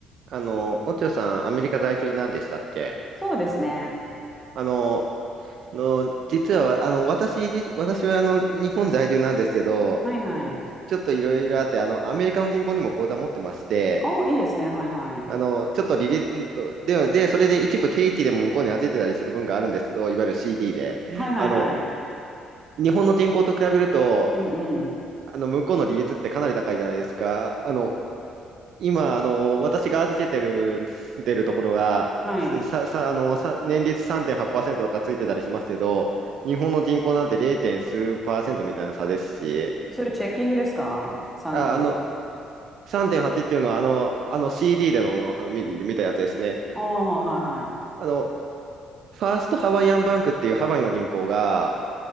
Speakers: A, on the right; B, in the centre.
A: あの、オチョさん、アメリカ在住なんでしたっけ
B: そうですね。
A: あの、の、実は、あの、私自、私は、あの、日本在住なんですけど、
B: はいはい。
A: ちょっといろいろあって、あの、アメリカの銀行にも口座持ってまして、
B: あ、いいですね。はいはい。
A: あの、ちょっと利率と、では、で、それで一部定期でも向こうに預けてたりする分があるんですけど、いわゆる CD で。
B: はいはいはい。
A: あの、日本の銀行と比べると、
B: うんうん。
A: あの、向こうの利率ってかなり高いじゃないですか。あの、今、あの、私が預けてる、出るところが、
B: はい。
A: すさ、さ、あの、さ、年率3.8%とかついてたりしますけど、日本の人口なんて 0. 数パーセントみたいな差ですし、
B: それチェッキングですか ?3
A: あ、
B: 点は。
A: あの、3.8っていうのは、あの、あの CD での、のは見、見たやつですね。
B: ああ、はいはいはい。
A: あの、ファーストハワイアンバンクっていうハワイの銀行が、